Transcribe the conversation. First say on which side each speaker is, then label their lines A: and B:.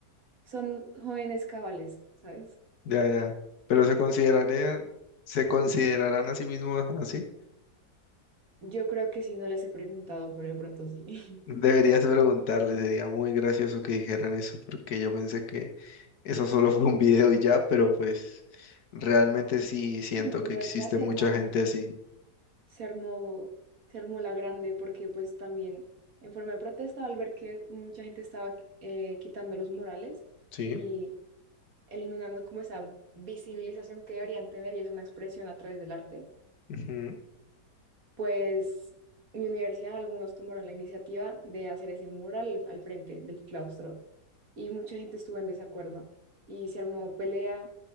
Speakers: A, on the right (about 55°); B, on the left (about 65°).
A: son jóvenes cabales, ¿sabes?
B: Ya, ya. Pero se considerarían, se considerarán a sí mismos así.
A: Yo creo que sí, no les he preguntado, pero de pronto sí. <laughs>
B: Deberías preguntarle, sería muy gracioso que dijeran eso, porque yo pensé que eso solo <laughs> fue un video y ya, pero pues realmente sí siento
A: En mi universidad
B: que existe
A: se
B: mucha
A: armó
B: gente así.
A: se armó, se armó la grande porque pues también en forma de protesta al ver que mucha gente estaba eh, quitando los murales
B: Sí.
A: y eliminando como esa visibilización que deberían tener y es una expresión a través del arte,
B: ujú.
A: pues mi universidad, algunos tomaron la iniciativa de hacer ese mural al al frente del claustro y mucha gente estuvo en desacuerdo y se armó pelea